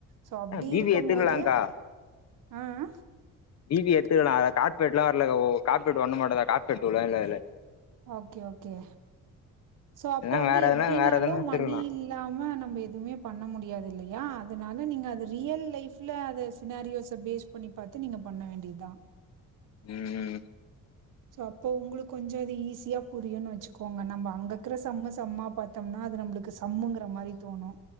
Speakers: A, on the right (about 75°); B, on the left (about 55°).
A: சோ அப்டி
B: பி
A: இருக்குமோது
B: பி ஏ எத்துக்கலாக்கா
A: ஆ ஆ
B: பி பி ஏ எட்த்துக்கலா அதுல கார்பேட்லா வரல ஓ கார்பேட் ஒன்னு மட்டுதா கார்பேட் டு ல இல்ல அதுல
A: ஓகே ஓகே சோ அப்போ
B: இல்லனா
A: வந்து
B: வேற
A: எப்டீனாலு
B: எதுனா வேற எதுனா எத்துக்கலா
A: மணி இல்லாம நம்ம எதூமே பண்ண முடியாது இல்லையா அதனால நீங்க அது ரியல் லைஃப்ல அத சினாரியோஸ பேஸ் பண்ணி பாத்து நீங்கப் பண்ண வேண்டிதா
B: ம்
A: சோ அப்ப உங்களுக்கு கொஞ்சோ அது ஈஸியா புரியூனு வச்சுக்கோங்க நம்ம அங்கக்குற சம்ம சம்மா பாத்தோம்னா அது நம்மளுக்கு சம்முங்குற மாரி தோணு